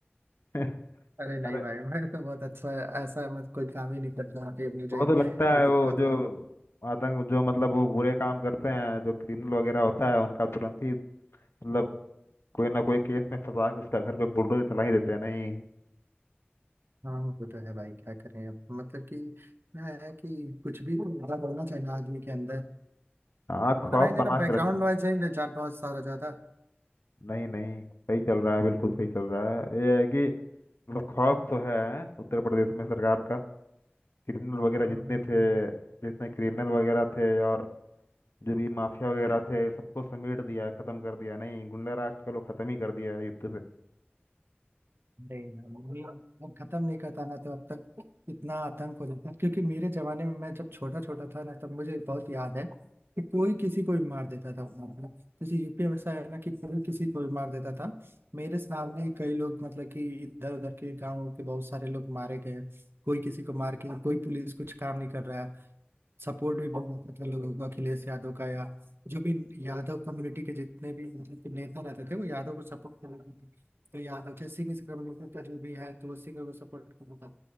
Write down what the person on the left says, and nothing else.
<laughs>
अरे
वो तो
लगता है
वो जो
आतंक जो मतलब वो बुरे काम करते हैं जो क्रिमिनल वगैरह होता है उनका तुरंत ही मतलब कोई ना कोई केस में फंसा के उसका घर पे बुलडोजर चला ही देते हैं नहीं
हाँ खौफ
बना
के रखो
नहीं नहीं सही चल रहा है बिल्कुल सही चल रहा है ये है कि मतलब खौफ तो है उत्तर प्रदेश में सरकार का क्रिमिनल वगैरह
जितने
थे
जितने क्रिमिनल वगैरह थे और जो भी माफिया वगैरह थे सबको समेट दिया खत्म कर दिया नहीं गुंडा राज का लोग खत्म ही कर दिया है युद्ध से